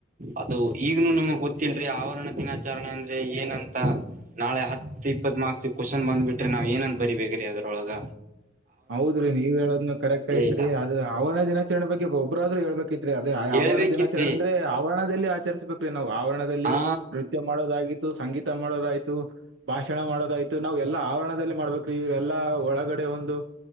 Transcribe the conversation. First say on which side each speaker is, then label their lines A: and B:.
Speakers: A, on the right; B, on the right.
A: ಅದು ಈಗ್ನು ನಮಗ್ ಗೊತ್ತಿಲ್ರಿ ಆವರಣ ದಿನ ವಿಚಾರಣೆ ಅಂದ್ರೆ ಏನಂತ ನಾಳೆ ಹತ್ ಇಪ್ಪತ್ ಮಾರ್ಕ್ಸ್ ಕ್ವಶನ್ ಬಂದ್ ಬಿಟ್ರೆ ನಾವ್ ಏನಂದಂತ ಬರಿ ಬೇಕ್ರಿ ಅದುನ ತೊಳಗ
B: ಹೌದ್ರಿ ನೀವ್ ಹೇಳೋದ್ನು ಕರೆಕ್ಟ್ ಐತ್ರಿ
A: ಇಲ್ಲ
B: ಆದ್ರ ಅವನೇ ದಿನಾಚರಣೆ ಬಗ್ಗೆ ಒಬ್ಬ್ರಾದ್ರರು ಹೇಳ್ಬೇಕಿತ್ರಿ ಅದೇ
A: ಹೇಳ್ಬೇಕಿತ್ರಿ
B: ಆವರಣ ದಿನಾಚರಣೆ ಅಂದ್ರೆ ಆವರಣದಲ್ಲಿ ಆಚರಿಸ್ಬೇಕ್ರೀ ನಾವು ಆವರಣದಲ್ಲಿ
A: ಹಾ
B: ನೃತ್ಯ ಮಾಡೋದಾಗಿರೆ ಸಂಗೀತ ಮಾಡೋದಾಯ್ತು ಭಾಷಣ ಮಾಡೋದಾಯ್ತು ನಾವ್ ಎಲ್ಲಾ ಆವರಣದಲ್ಲಿ ಮಾಡ್ಬೇಕ್ರೀ ಇವು ಎಲ್ಲಾ ಒಳಗಡೆ ಒಂದು